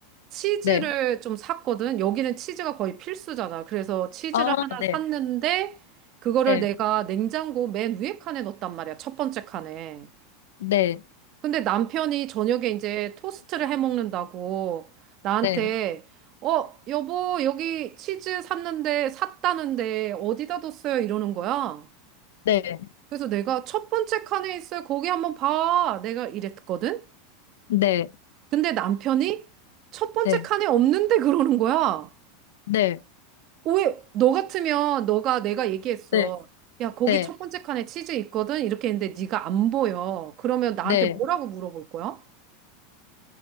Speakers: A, on the right; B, on the left.
A: 치즈를
B: 네.
A: 좀 샀거든. 여기는 치즈가 거의 필수잖아. 그래서 치즈를
B: 아,
A: 하나
B: 네,
A: 샀는데 그거를
B: 네,
A: 내가 냉장고 맨 위에 칸에 넣었단 말이야. 첫 번째 칸에.
B: 네,
A: 근데 남편이 저녁에 이제 토스트를 해 먹는다고 나한테
B: 네,
A: 어, 여보, 여기 치즈 샀는데 샀다는데 어디다 뒀어요? 이러는 거야.
B: 네,
A: 그래서 내가 첫 번째 칸에 있어요. 거기 한번 봐. 내가 이랬거든.
B: 네,
A: 근데 남편이 첫 번째
B: 네,
A: 칸에 없는데 그러는 거야.
B: 네,
A: 왜, 너 같으면 너가 내가 얘기했어.
B: 네,
A: 야, 거기
B: 네,
A: 첫 번째 칸에 치즈 있거든? 이렇게 했는데 네가 안 보여. 그러면 나한테
B: 네.
A: 뭐라고 물어볼 거야?